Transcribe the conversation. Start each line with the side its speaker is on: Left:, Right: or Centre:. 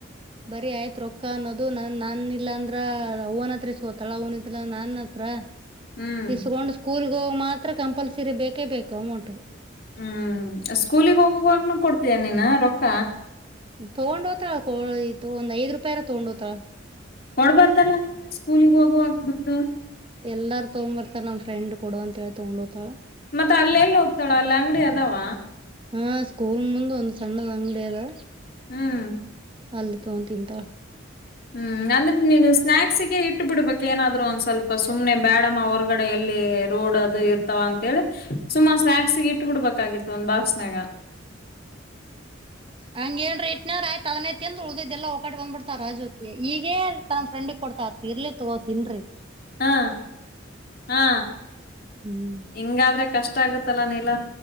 Right: ಬರಿ ಆಯ್ತ್ ರೊ. ಅಕ್ಕ ಅನ್ನೋದು ನಾನ್ ನಾನ್ ಇಲ್ಲ ಅಂದ್ರ ಅವ್ವನ್ ಹತ್ರ ಇಸ್ಕೊತಾಳ ಅವ್ವನಿದ್ದಿಲ್ಲ ನನ್ ಹತ್ರ
Left: ಹ್ಮ್
Right: ಇಸ್ಕೊಂಡ್ ಸ್ಕೂಲ್ಗ ಹೋಗ ಮಾತ್ರ ಕಂಪಲ್ಸರಿ ಬೇಕೇ ಬೇಕು ಅಮೌಂಟ್.
Left: ಹ್ಮ್ ಸ್ಕೂಲಗ್ ಹೋಗುವಾಗ್ನು ಕೊಡ್ತೀಯ ನೀನ ರೊಕ್ಕ.
Right: ತೊಗೊಂಡ ಹೋತಾಳ ಕೊ ಇದು ಒಂದ್ ಐದ ರೂಪಾಯರ ತೊಗೊಂಡ್ ಹೋತಳ.
Left: ಕೊಡ್ಬಾರ್ದಲ್ಲಾ ಸ್ಕೂಲಿಗ ಹೋಗುವಾಗ ದುಡ್ಡ.
Right: ಎಲ್ಲಾರ ತಗೊಂಡ್ ಬರ್ತಾರ್ ನಮ ಫ್ರೆಂಡ್ ಕೊಡು ಅಂತ ಹೇಳಿ ತೊಗೊಂಡ್ ಹೋತಾಳ್.
Left: ಮತ್ತ ಅಲ್ಲೆಲ್ಲಿ ಹೋಗ್ತಾಳ ಅಲ್ಲಿ ಅಂಗಡಿ ಅದಾವ.
Right: ಹಾ ಸ್ಕೂಲ್ ಮುಂದ ಒಂದ ಸಣ್ಣದ್ ಅಂಗಡಿ ಅದಾ.
Left: ಹ್ಮ್
Right: ಅಲ್ಲಿ ತೊಂಡ ತಿಂತಾಳ.
Left: ಹ್ಮ್ ಅಂದ್ರ ನೀನು ಸ್ನ್ಯಾಕ್ಸಿಗೆ ಇಟ್ಟ ಬಿಡ್ಬೇಕ್ ಏನಾದ್ರು ಒಂದ್ ಸ್ವಲ್ಪ ಸುಮ್ನೆ ಬ್ಯಾಡಮ್ಮ ಹೊರಗಡೆ ಎಲ್ಲಿ ಲ್ಲಿ ರೋಡ್ ಅದು ಇರ್ತಾವ ಅಂತೇಳಿ ಸುಮ್ಮ ಸ್ನಾಕ್ಸ್ ಇಟ್ಟ ಬಿಡ್ಬೇಕಾಗಿತ್ತು ಒಂದ್ ಬಾಕ್ಸ್ನಾಗ. <inaudible>
Right: ಹಂಗ ಏನ್ರ ಇಟ್ನ ಅಂದ್ರ ಆಯ್ತ ಅದನ್ನೇ ತಿಂದ ಉಳದಿದ್ದೆಲ್ಲಾ ಒಕಾಟ ಬಂದ್ ಬಿಡ್ತಾರ್ ರಾಜು ಈಗೇ ತನ್ನ ಫ್ರೆಂಡಿಗೆ ಕೊಡ್ತಾ ಆತ್ ಇರ್ಲಿ ತಗೋ ತಿನ್ರೀ
Left: ಹಾ ಹಾ
Right: ಹ್ಮ್
Left: ಹಿಂಗಾದ್ರೆ ಕಷ್ ಇಷ್ಟ ಆಗುತ್ತಲ್ಲ ನೀಲ್ಲ.